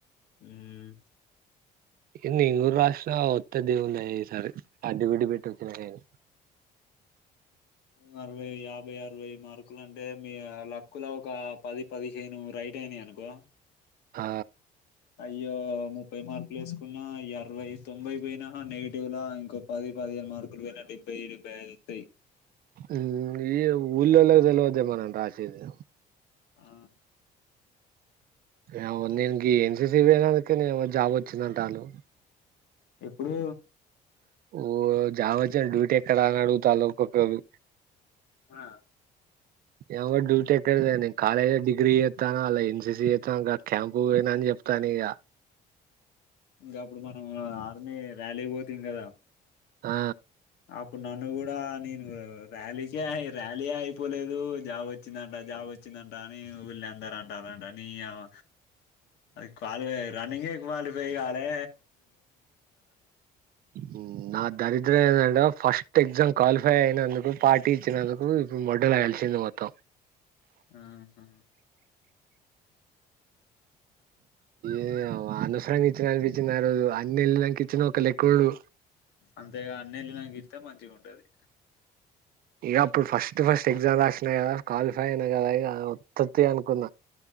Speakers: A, on the left; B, on the right.
A: మ్మ్
B: ఏన్ని ఇంగూరు రాసిన వత్తే దేవునిదయ ఈసారి అడ్డివిడ్డి పెట్టి వచ్చినా నేను
A: మ్ అరవై యాభై ఆర్ ఇరవై మార్కులు అంటే మీ యాల క్కుల ఒక పది పదిహేను రైట్ అయినయ్ అనుకో
B: ఆ
A: అయ్యో ముప్పై మార్కులు వేసుకున్నా అరవై తొంభై పోయినా నెగిటివ్లా ఇంకో పది పదిహేను మార్కులు పోయినా డెబ్బై ఏడు వెేల్ తయ్
B: ఉమ్, ఈ ఊల్లోలగ్ తెలవద్దే మనం రాసేది
A: ఆ
B: ఏవో నేను గీ ఎన్సిసి పోయినాకైతే నేమో జాబ్ వచ్చింది అంటాళ్ళు
A: ఎప్పుడు
B: ఓ జావొచ్చె డ్యూటీ ఎక్కడ అని అడుగుతాళ్లు ఒక్కొక్కళ్లు
A: ఆ
B: ఏవో డ్యూటీ ఎక్కడిదె నేను కాలేజ్ డిగ్రీ ఎత్తాన అల్ల ఎన్సిసి ఎత్తాన క్యాంప్ వోనాని జెప్తాను ఇగ
A: ఇంగ అప్పుడు మనం ఆర్మీ ర్యాలీకి వోతిం గదా
B: ఆ
A: అప్పుడు నన్ను కూడా నేను ర్యాలీకే ర్యాలీ అయిపోలేదు జాబ్ వచ్చిందంట జాబ్ వచ్చిందంట అని ఊల్లి అందరు అంటరంట నీయవ్వ అది కాలు వే రన్నింగే వాళ్ళు వేగాలె
B: మ్మ్ నా దరిద్రం ఏందంటే ఫస్ట్ ఎగ్జామ్ క్వాలిఫై అయినందుకు పార్టీ ఇచ్చినందుకు ఇప్పుడు <unintelligible> కలిసింది మొత్తం
A: ఆహ
B: ఏ అనసరంగా ఇచ్చిన అనిపిచ్చింది ఆ రోజు అన్ని వెళ్ళినాంక ఇచ్చిన ఒక లెక్కుండు
A: అంతేగా అన్ని వెళ్లినాంగిత్తే మంచి గుంటది
B: ఇగ అప్పుడు ఫస్టు ఫస్ట్ ఎగ్జామ్ రాసినా గదా క్వాలిఫై అయినా గదా ఇగ వొత్తుత్తే అనుకున్నా